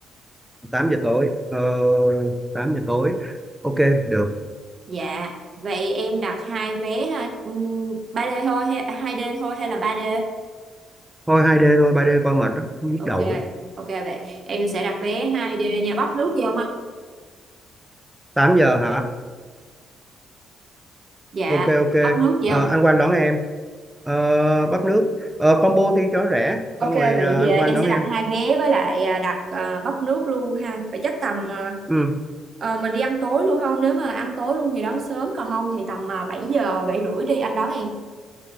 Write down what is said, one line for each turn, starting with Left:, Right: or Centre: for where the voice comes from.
Centre: 8 giờ tối ờ, 8 giờ tối ok được
Right: dạ vậy em đặt hai vé ha ừm, 3D thôi hay 2D thôi hay là ba đê
Centre: thôi 2D thôi 3D coi mệt lắm nhức
Right: ok
Centre: đầu lắm
Right: ok vậy em sẽ đặt vé hai đê nha bắp nước gì không anh
Centre: 8 giờ hả
Right: dạ
Centre: ok ok
Right: bắp nước gì không
Centre: Ờ, anh Quang đón em Ờ, bắp nước Ờ, combo thì cho rẻ
Right: ok
Centre: xong rồi
Right: vậy
Centre: ờ,
Right: thì
Centre: anh
Right: à, em
Centre: Quang đón
Right: sẽ
Centre: em
Right: đặt hai vé với lại à, đặt à, bắp nước luôn ha vậy chắc tầm à,
Centre: ừ.
Right: ờ, mình đi ăn tối luôn không nếu mà ăn tối luôn thì đón sớm còn không thì tầm à, 7 giờ 7 rưỡi đi anh đón em